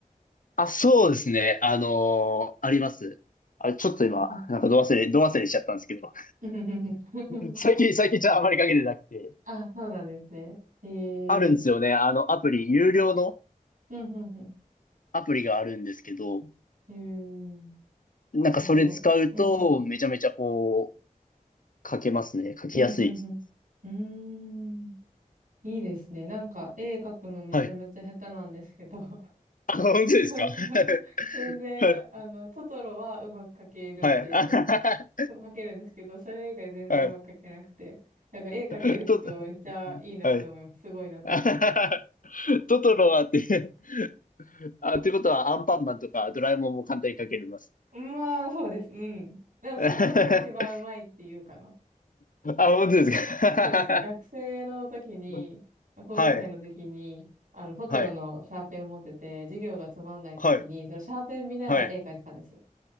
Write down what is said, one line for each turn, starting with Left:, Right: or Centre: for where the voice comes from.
Left: あ、そうですね。あのーあります。あれ、ちょっと今、
Right: うんうん。
Left: なんかど忘れ、ど忘れしちゃったんですけど。
Right: うんうんうん <laughs>
Left: <laughs> 最近、最近ちょっとあまりかけてなくて。
Right: あ、そうなんですね。へ
Left: あるんですよね。
Right: え。
Left: あの、アプリ、有料の
Right: うんうん
Left: アプリがあるんですけど、
Right: うん。へえ。
Left: なんかそれ使うと、
Right: すごい。うんうん。
Left: めちゃめちゃこう、書けますね。書きやすいです。
Right: うんうんうん。うーん。いいですね。なんか絵描くのめちゃめちゃ下手なんですけど。
Left: はい。
Right: <laughs>
Left: あ、本当ですか
Right: なんか
Left: <laughs>
Right: 全然、
Left: は
Right: あの、トトロはうまく描けるって
Left: い。あはは
Right: 描けるんですけど、それ以外全然うまく描けなくて。
Left: ははい。
Right: なんか絵描ける人めっちゃいいなって思います。
Left: ちょっと、はい。
Right: すごいなって思います。
Left: あはははトトロはってあ、ということはアンパンマンとかドラえもんも簡単にかけれます。
Right: まあ、そうです。うん。でも、
Left: <laughs>
Right: トトロが一番うまいっていうかな。
Left: あ、本当ですか。
Right: そうですね。学生の時に、
Left: <laughs>
Right: 高校生の時に、
Left: はい、
Right: あの、トトロのシャーペンを持ってて、
Left: はい、
Right: 授業がつまんない時に、
Left: はい、
Right: そのシャーペン見ながら絵描いてたんですよ。
Left: はい。